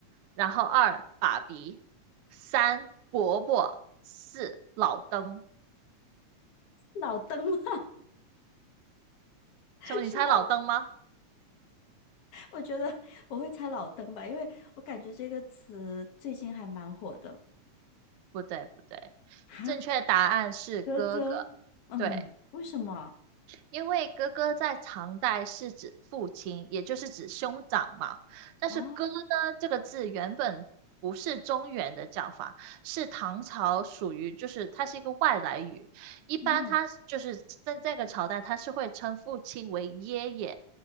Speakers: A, on the right (about 75°); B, on the left (about 60°).
A: 然后二爸比，三伯伯，四老登。
B: 老灯吗？<laughs>
A: 什么？你猜老登吗？
B: 是老。我觉得我会猜老登吧，因为我感觉这个词最近还蛮火的。
A: 不对，不对，
B: 哈，
A: 正确答案是哥哥。
B: 哥是哥，嗯，
A: 对。
B: 为什么？
A: 因为哥哥在唐代是指父亲，也就是指兄长嘛。但是“哥”呢，
B: 哦，
A: 这个字原本不是中原的叫法，是唐朝属于，就是它是一个外来语。一般它就是在这个朝代，
B: 嗯，
A: 它是会称父亲为爷爷。